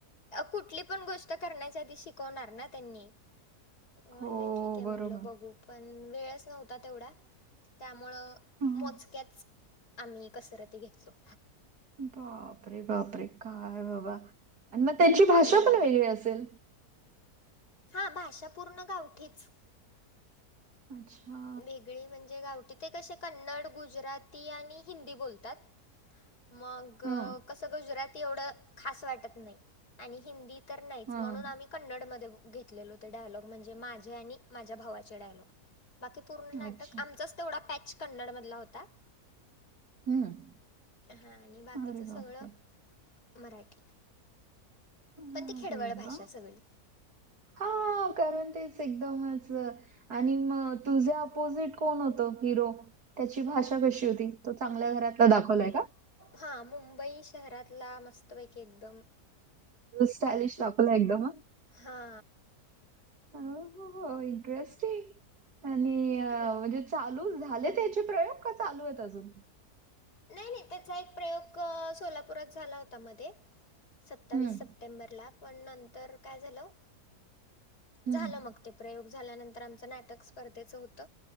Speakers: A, on the left (about 80°); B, on the right (about 85°).
A: कुठली पण गोष्ट करण्याच्या आधी शिकवणार ना त्यांनी म्हणलं
B: हो
A: ठीक ये म्हणलं
B: बरोबर
A: बघू पण वेळच नव्हता तेवढा त्यामुळं
B: हं.
A: मोजक्याच आम्ही कसरती घेयचो.
B: बापरे बापरे काय बाबा आणि मग त्यांची भाषा
A: हम्म.
B: पण वेगळी असेल!
A: हा भाषा पूर्ण गावठीच.
B: अच्छा
A: वेगळी म्हणजे गावट ते कसे कन्नड, गुजराती आणि हिंदी बोलतात. मग
B: हां
A: कस गुजराती एवढं खास वाटत नाही आणि हिंदी तर नाहीच
B: हां
A: म्हणून
B: हां
A: आम्ही कन्नडमध्ये घेतलेलो ते डायलॉग म्हणजे माझे आणि माझ्या भावाचे डायलॉग बाकी पूर्ण नाटक
B: अच्छा
A: आमचाच तेवढा पॅच कन्नडमधला होता.
B: हम्म
A: हा आणि बाकीचं
B: अरे बापरे
A: सगळं मराठी
B: अरे
A: पण ती खेडवळ भाषा
B: वा
A: सगळी
B: हा करन तेच एकदमच आणि म तुझे अपोजिट कोण होतं हिरो त्याची भाषा कशी होती? तो चांगल्या घरातला दाखवलाय का?
A: हा मुंबई शहरातला मस्तपैकी एकदम
B: स्टायलिश दाखवला एकदम
A: हा
B: हो हो हो इंटरेस्टिंग आणि म्हणजे
A: मग
B: चालू झाले त्याचे प्रयोग? का चालू आहेत अजून
A: नाही नाही त्याचा एक प्रयोग सोलापूरात झाला होता मध्ये, सत्तावीस
B: हम्म
A: सप्टेंबरला पण नंतर काय झालं
B: हम्म
A: झालं मग. प्रयोग झाल्यानंतर आमच नाटक स्पर्धेच होत